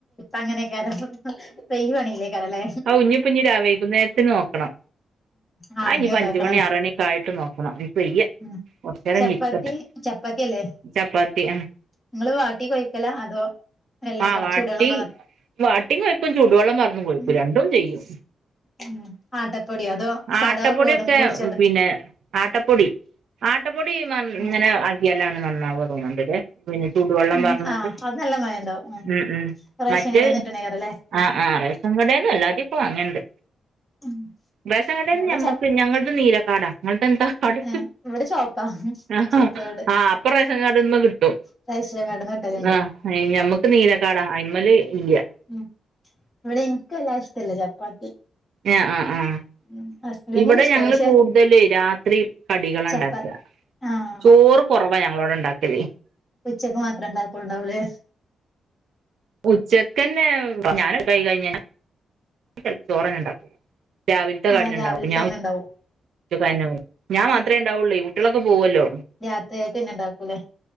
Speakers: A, on the left; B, on the right.
A: അങ്ങനൊക്കാരം <unintelligible> പണിയിലേക്കാരല്ലേ?
B: ഔഞ്ഞിപ്പോ വൈകുന്നേരത്തി നോക്കണം
A: ആ
B: അയിഞ്ഞ്
A: ഇനി
B: പ്പ
A: ഉണ്ടാക്കണല്ലോ
B: അഞ്ച് മണി ആറണിയക്കെ ആയിട്ട് നോക്കണം നിപ്പോ വയ്യ
A: ഉം
B: കുറച്ചേരൊന്നിരിക്കട്ട്
A: ചപ്പാത്തി ചപ്പാത്തി അല്ലേ
B: ചപ്പാത്തി ആഹ്
A: നിങ്ങള് വാട്ടി കൊയക്കല അതോ വെള്ളം
B: ആഹ
A: പറ
B: വാട്ടി
A: ചൂടുവെള്ളം പറ
B: വാട്ടിയും കൊഴിക്കും ചൂടുവെള്ളം മറും കൊഴിക്കും
A: ഉം
B: രണ്ടും ചെയ്യും
A: ഉം ആട്ടപ്പൊടിയോ അതോ
B: ആ
A: സാധാ
B: ആട്ടപ്പൊടിയൊക്കെ
A: ഗോതമ്പ് പൊടിച്ചോണ്ട്
B: പിന്നെ ആട്ടപ്പൊടി ആട്ടപ്പൊടി മം
A: ഉം
B: ഇങ്ങനെ ആട്ടിയാലാണ് നന്നാവോ തോന്ന്ണ്ട്ലേ പിന്നെ ചൂടുവെള്ളം
A: ഉം
B: <unintelligible>
A: ആഹ്
B: ട്ട്
A: അത് നല്ല മയം ഉണ്ടാവും
B: ഉം ഉം
A: റേഷൻ
B: മറ്റേ
A: കടേന്ന് കിട്ടണേക്കാരല്ലേ
B: ആ ആ റേസൻ കടേന്നും എല്ലാതൊക്കെ വാങ്ങല്ണ്ട്
A: ഉം
B: റേഷൻ കടേന്ന്
A: ഇവിടെ
B: നമ്മക്ക്
A: ച
B: ഞങ്ങൾത് നീലക്കാർഡാ നിങ്ങൾത് എന്താ അടെ
A: ഏഹ് ഇവിടെ ചോപ്പാ
B: ആഹ്
A: ചോപ്പ്കാർഡ്
B: ആ അപ്പൊ റേഷൻ കാർഡ് ഇന്ന് കിട്ടും
A: <unintelligible>
B: ആ ഐ ഞമ്മക്ക് നീലക്കാടാ ഐമല് ഇല്ല
A: ഉം ഇവടെ ഇൻക്ക് വല്ലാതെ ഇഷ്ടല്ല ചപ്പാത്തി
B: ആഹ് ആഹ് ആഹ്
A: ഉം ഹസ്ബന്റിന്
B: ഇവിടെ
A: ഇഷ്ടാ
B: ഞങ്ങള്
A: പക്ഷെ
B: കൂടുതല് രാത്രി കടികള
A: ചപ്പാ
B: ഉണ്ടാക
A: ആഹ്
B: ചോറ് കൊറവാ ഞങ്ങളോടെ ഉണ്ടാക്കൽ
A: ഉച്ചയ്ക്ക് മാത്രം ഉണ്ടാക്കലുണ്ടാവുലേ
B: ഉച്ചക്കന്നെ ഞാന് ണ്ടാക്കി കഴിഞ്ഞാ ചെലപ്പോ ചോറെന്നെണ്ടാകും രാവിൽത്തെ
A: ആഹ്
B: കടിയെന്നെണ്ടാവും
A: രാവിലെ
B: പി ഞാൻ
A: തന്നെ ഉണ്ടാവും
B: <unintelligible> ഞാമാത്രേണ്ടാവുള്ളൈ കുട്ട്യാളൊക്കെ പോവൊല്ലോ
A: രാത്രിയിലേക്ക് പിന്നെ ഉണ്ടാക്കൂല്ലേ